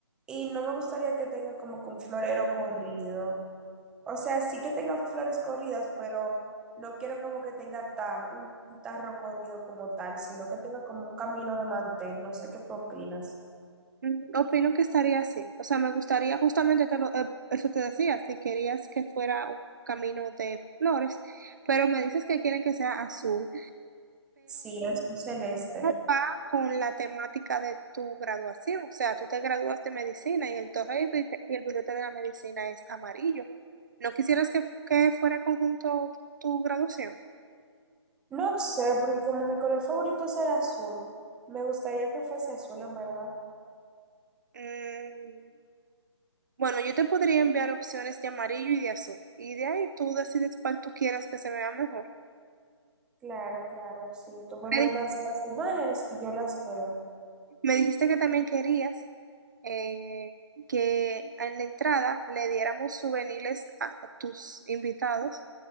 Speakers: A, in the centre; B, on the right (about 40°).
A: y no me gustaría que tenga como que un florero corrido. O sea, sí que tenga flores corridas, pero no quiero como que tenga tar- un un tarro corrido como tal, sino que tenga como un camino de mantel. No sé qué tú opinas.
B: Mm, Opino que estaría así. O sea, me gustaría, justamente te lo- eh, eso te decía, si querías que fuera un camino de flores, pero me dices que quieren que sea azul.
A: Sí, es un celeste.
B: va con la temática de tu graduación. O sea, tú te gradúas de medicina y el torre y bille- y el billete de la medicina es amarillo. ¿No quisieras que, que fuera conjunto tu graduación?
A: No sé, porque como mi color favorito es el azul, me gustaría que fuese azul, en verdad.
B: Mm, bueno, yo te podría enviar opciones de amarillo y de azul. Y de ahí tú decides cuál tú quieras que se vea mejor.
A: Claro, claro, sí. Tú me
B: Me,
A: mandas
B: di-
A: las imágenes y yo las veo.
B: me dijiste que también querías eh, que en la entrada le diéramos souvenirs a, a tus invitados